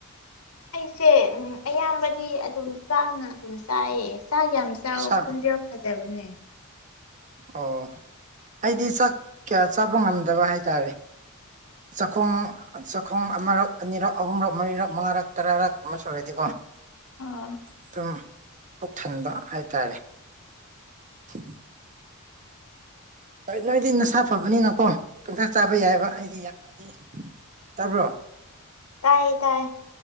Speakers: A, on the left; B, on the right.
A: ꯑꯩꯁꯦ ꯎꯝ ꯑꯌꯥꯝꯕꯗꯤ ꯑꯗꯨꯝ ꯆꯥꯛꯅ ꯑꯗꯨꯝ ꯆꯥꯏꯌꯦ ꯆꯥꯛ ꯌꯥꯝ ꯆꯥꯎꯋꯣ
B: ꯆꯥꯛ
A: ꯈꯣꯟꯖꯦꯜ ꯐꯖꯕꯅꯦ
B: ꯑꯣ ꯑꯩꯗꯤ ꯆꯥꯛ ꯀꯌꯥ ꯆꯥꯕ ꯉꯝꯗꯕ ꯍꯥꯏꯇꯥꯔꯦ ꯆꯥꯛꯈꯨꯝ ꯆꯥꯛꯈꯣꯡ ꯑꯃꯔꯛ ꯑꯅꯤꯔꯛ ꯑꯍꯨꯝꯔꯛ ꯃꯔꯤꯔꯛ ꯃꯉꯥꯔꯛ ꯇꯔꯥꯔꯛ ꯃꯨꯛ ꯁꯨꯔꯗꯤꯀꯣ
A: ꯑꯥ
B: ꯑꯗꯨꯝ ꯄꯨꯛ ꯊꯟꯕ ꯍꯥꯏꯇꯥꯔꯦ <inaudible> ꯍꯣꯏ ꯅꯣꯏꯗꯤ ꯅꯁꯥ ꯐꯕꯅꯤꯅꯀꯣ ꯄꯪꯆꯥ ꯆꯥꯕ ꯌꯥꯏꯕ ꯑꯩꯗꯤ ꯍꯥꯏꯗꯤ ꯇꯥꯕ꯭ꯔꯣ
A: ꯇꯥꯏꯌꯦ ꯇꯥꯏ